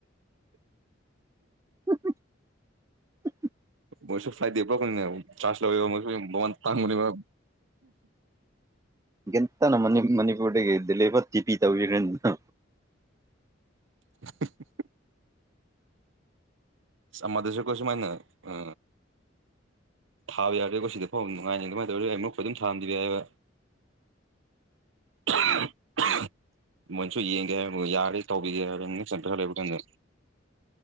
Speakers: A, on the right; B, on the right.
A: ꯑ
B: ꯃꯣꯏꯁꯨ ꯐ꯭ꯂꯥꯏꯗꯦ ꯄꯨꯛꯅꯤꯅꯦ ꯆꯥꯔꯖ ꯂꯧꯕ ꯃꯣꯏꯁꯨ ꯃꯃꯟ ꯐꯥꯡꯕꯅꯦꯕ
A: ꯒꯤꯇꯅ ꯃꯅꯤ ꯃꯅꯤꯄꯨꯔꯗꯒꯤ ꯗ ꯂꯩꯕ ꯇꯤ ꯄꯤ ꯇꯧꯈ꯭ꯔꯦꯟꯅ
B: <inaudible> ꯁꯃꯗꯨꯁꯀꯣꯏꯁꯤꯃꯅ ꯑ ꯊꯥꯕ ꯌꯥꯗ꯭ꯔꯦꯀꯣ ꯁꯤꯗ ꯐꯥꯎ ꯅꯨꯡꯉꯥꯏꯅꯤ ꯀꯃꯥꯏꯅ ꯇꯧꯔꯤ ꯑꯩꯛꯈꯣꯏ ꯑꯗꯨꯝ ꯊꯥꯍꯟꯕꯤꯕ ꯌꯥꯏꯕ ꯑꯍ ꯑꯍ ꯃꯣꯏꯁꯨ ꯌꯦꯡꯒꯦ ꯍꯥꯏ ꯌꯥꯔꯦ ꯇꯧꯕꯤꯒꯦ ꯍꯥꯏꯔꯦ ꯁꯇꯔ ꯂꯩꯕꯗ